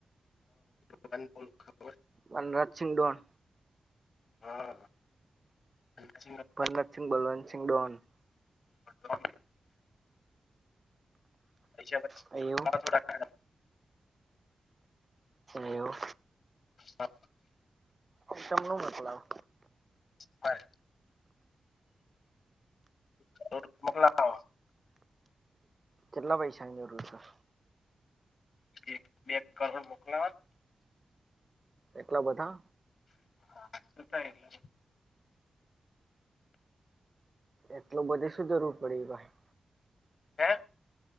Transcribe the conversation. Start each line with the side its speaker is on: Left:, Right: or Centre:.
Left: ડોન બોલે ખબર
Right: વનરાજ સિંહ ડોન
Left: હા <unintelligible>
Right: ભરનતસિહ બલવંતસિહ ડોન
Left: <inaudible> પૈસા
Right: અ એવું
Left: થોડા
Right: એવું
Left: હા
Right: અસમ નું મોકલાવ
Left: <unintelligible> <unintelligible> મોકલા <inaudible>
Right: કેટલા પૈસાની જરૂર છે
Left: એક બે કરોડ મોકલાઓ ન
Right: એટલા બધા
Left: હા ત્રણ
Right: એટલું બધુ શું જરૂર પડી ભાઈ
Left: હે